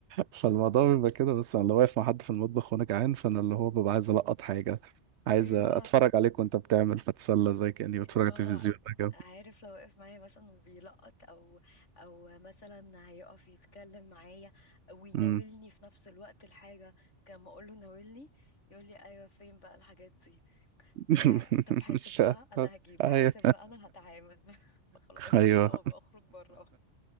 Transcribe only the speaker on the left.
ايوه
ما
هو
عارف لو وقف معايا مثلا وبيلقط او او مثلا هيقف يتكلم معايا ويناولني
في نفس الوقت الحاجه كان ما اقول له ناولني يقول لي ايوه فين بقى الحاجات دي
إيه، طب حاسب
بقى
انا هجيب
حاسب بقى انا هتعامل <laughs> فخلاص اخرج
بقى وابقى اخرج بره